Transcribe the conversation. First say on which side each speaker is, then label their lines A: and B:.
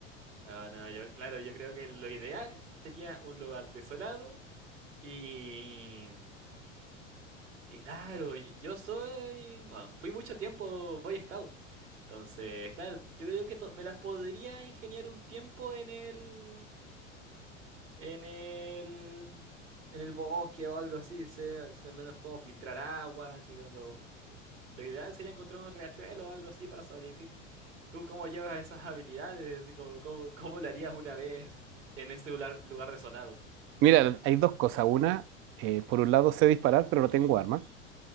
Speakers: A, on the right; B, on the right.
A: No, no, yo, claro, yo creo que lo ideal sería un lugar desolado y... Y claro, y- yo soy... Bueno, fui mucho tiempo Boy Scout. Entonces, claro, yo creo que to- me las podría ingeniar un tiempo en el... en el, en el bosque o algo así, sé, sé al menos cómo filtrar agua, así que lo, sí. Lo ideal sería encontrar un riachuelo o algo así para sobrevivir. ¿Tú cómo llevas esas habilidades? Así como, ¿cómo, cómo lo harías una vez en ese lugar, lugar desolado?
B: Mira, hay dos cosas. Una, eh, por un lado sé disparar, pero no tengo arma.